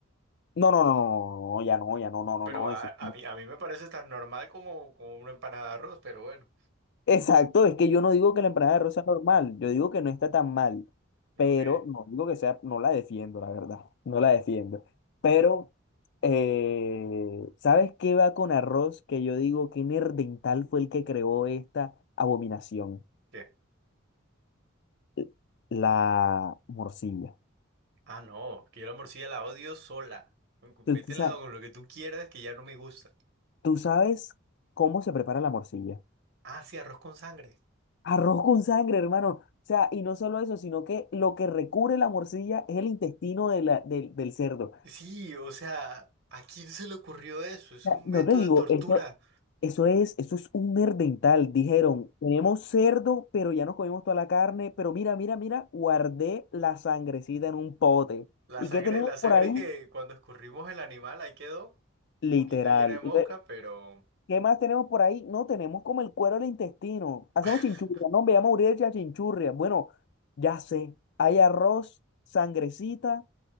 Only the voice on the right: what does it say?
Pero
a,
a mí, a mí me parece tan normal como, como una empanada de arroz, pero bueno.
Ok.
¿Qué?
Ah, no, que yo la morcilla la odio sola. Métela
con lo que tú quieras que ya no me gusta.
Ah, sí, arroz con sangre.
Sí, o sea, ¿a quién se le ocurrió eso? Es
un
método
de tortura.
La
sangre,
la sangre
que cuando escurrimos el animal ahí quedó
un poquito llena de mosca,
pero
<laughs>